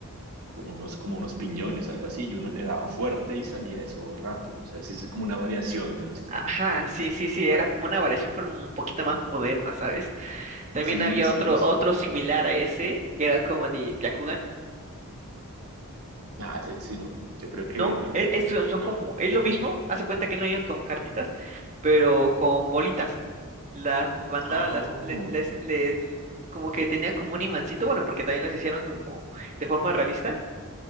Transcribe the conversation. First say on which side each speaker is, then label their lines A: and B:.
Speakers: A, on the right; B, on the right.
A: con unos, como unos piñones, algo así, y uno le daba fuerte y salía eso rápido. O sea, sí, sí, es como una variación de los trompos.
B: Ajá,
A: Sí,
B: sí,
A: sí, sí,
B: sí,
A: lo recuerdo.
B: sí, era como una variación, pero un poquito más moderna, ¿sabes? También
A: Sí,
B: había
A: sí,
B: otro,
A: sí.
B: otro similar a ese, que era como de Byakugan.
A: Ah, sí, sí, no. Yo creo que
B: No,
A: no.
B: es, es- son son
A: No.
B: como, es lo mismo, hace cuenta que no iba con cartitas, pero con bolitas. Las mandaba,
A: Oh,
B: las, les, les, les, como que tenían como un imancito, bueno, porque también las hicieron como de forma realista,